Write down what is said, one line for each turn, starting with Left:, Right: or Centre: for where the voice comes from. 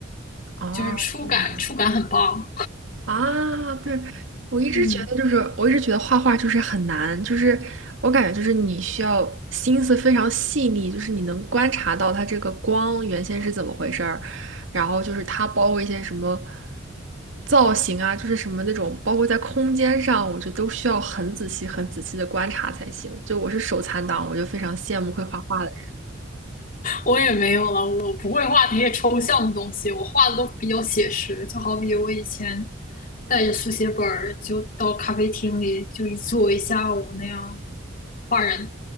Right: 哦，
Left: 就是触感触感很棒。
Right: 这样。啊，对，我一直觉得就是，
Left: 嗯。
Right: 我一直觉得画画就是很难，就是我感觉就是你需要心思非常细腻，就是你能观察到它这个光原先是怎么回事儿，然后就是它包括一些什么造型啊，就是什么那种包括在空间上，我觉得都需要很仔细、很仔细的观察才行。就我是手残党，我就非常羡慕会画画的。
Left: 我也没有了，我不会画那些抽象的东西，我画的都比较写实。就好比我以前带着速写本儿，就到咖啡厅里就一坐一下午那样画人。